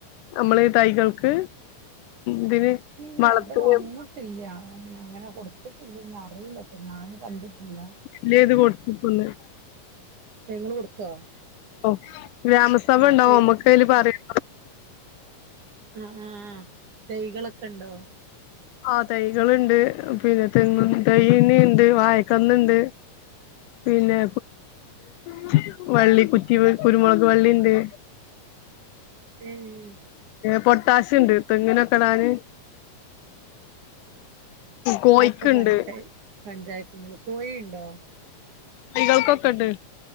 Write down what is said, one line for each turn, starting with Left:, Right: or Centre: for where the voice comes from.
Left: നമ്മളെ തൈകൾക്ക്. ഇതിന്
Right: ഇല്ല
Left: വളത്തിന്
Right: ഇവിടെ വന്നിട്ടില്ല അങ്ങനെ കൊടുത്തിട്ടില്ല ഇനി അറില്ല. ഞാന് കണ്ടിട്ടില്ല.
Left: ഫില്ലെയ്ത് കൊടുത്ത്ക്ക്ന്ന്
Right: എ ങ്ങള് കൊടുത്തോ
Left: ഓ ഗ്രാമസഭ
Right: ആ
Left: ണ്ടാവോ
Right: തൈ
Left: മ്മക്കയില് പറയാ.
Right: ആ ആഹ് തൈകളൊക്കെ ണ്ടോ
Left: ആ തൈകളുണ്ട് പിന്നെ തെങ്ങ് തൈയുണ്ട് വായക്കന്നിണ്ട്. പിന്നെ
Right: ആ
Left: <unintelligible> വള്ളി കുറ്റി കുരുമുളക് വള്ളിണ്ട്.
Right: ഉം
Left: പൊട്ടാസ്യണ്ട് തെങ്ങിനൊക്കെ ഇടാന്. കോഴിക്ക്ണ്ട്
Right: <inaudible> പഞ്ചായത്തിന്ന് കോഴിണ്ടോ
Left: തൈകൾക്കൊക്കെ ഉണ്ട്.